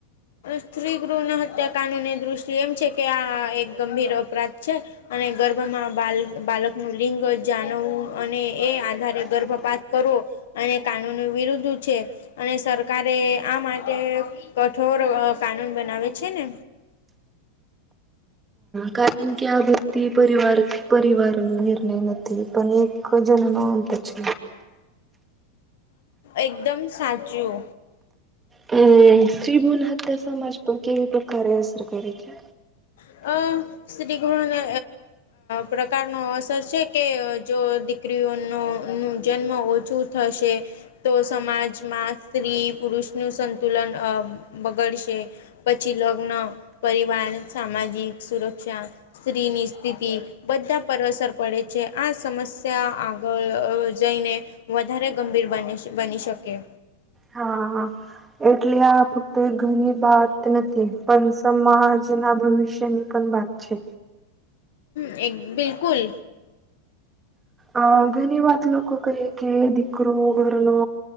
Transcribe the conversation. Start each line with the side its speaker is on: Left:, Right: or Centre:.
Left: સ્ત્રી ગૃહના હત્યાકાંડની દૃષ્ટિ એમ છે કે આ એક ગંભીર અપરાધ છે. અને ગભ ગર્ભમાં બાલ બાલકનું રિંગ જાણવું અને એ આધારે ગર્ભપાપ કરુ અને કાનૂન વિરુદ્ધ છે અને સરકારે આ માટે કઠોર કાનૂન બનાવે છે ને
Right: કારણ કે આ વ્યક્તિ પરિવાર પરિવાર નિર્ણય નથી પણ એક જન્મ હોતા છે.
Left: એકદમ સાચું
Right: હમ શ્રી ભુણ હત્યા સમાજ પર કેવી પ્રકારે અસર કરે છે.
Left: <unintelligible> સ્ત્રી ગણને પ્રકારનો અસર છે કે જો સ્ત્રીઓનો નું જન્મ ઓછું થશે તો સમાજમાં સ્ત્રી પુરુષ નું સંતુલન અ બગડશે પછી લગ્ન પરિવાર સામાજિક સુરક્ષા સ્ત્રીની સ્થિતિ બધા પર અસર પડે છે આ સમસ્યા આગળ જઈને વધારે ગંભીર બને છે બની શકે
Right: હા હા એટલે આ કોઈ ઘરની બાત નથી પણ સમાજના ભવિષ્યની પણ વાત છે.
Left: હ એક બિલકુલ
Right: અ ઘણી વાત લોકો કરે કે દીકરો ઘરનો